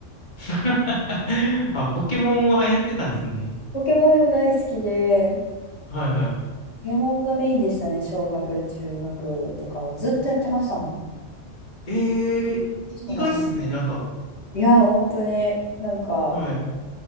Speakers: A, on the left (about 35°); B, on the left (about 60°).
A: <laughs> あ、ポケモンはやってたんですね。
B: ポケモンでも大好きで、ポ
A: はいは
B: ケモンがメインでしたね、小学、中学とかは。ずっとやってましたもん、
A: い。え
B: その後。
A: ー、ですね、なんか、
B: いや、本当に、なんか、
A: はい。